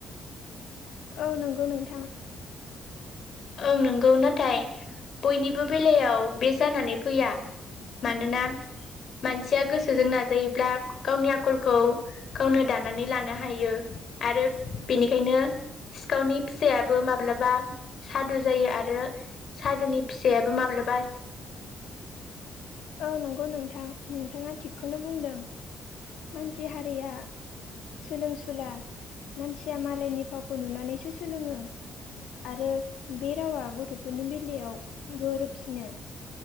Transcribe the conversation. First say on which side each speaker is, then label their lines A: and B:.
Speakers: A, on the left; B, on the left.
A: औ नंगौ नोंथां
B: ओं नंगौ नाथाय बयनिबो बेलायाव बे जानानै फैया मानोना मानसिया गोसोजों नाजायोब्ला गावनि आखलखौ गावनो दानानै लानो हायो आरो बेनिखायनो सिखावनि फिसायाबो माब्लाबा सादु जायो आरो सादुनि फिसायाबो माब्ला
A: औ नंगौ नोंथां नोंथाङा थिगखौनो बुंदों मानसि हारिया सोलोंसुला मानसिया मालायनि फावखौ नुनानैसो सोलोङो आरो बे रावा गथ'फोरनि बेलायाव गोरोबसिनो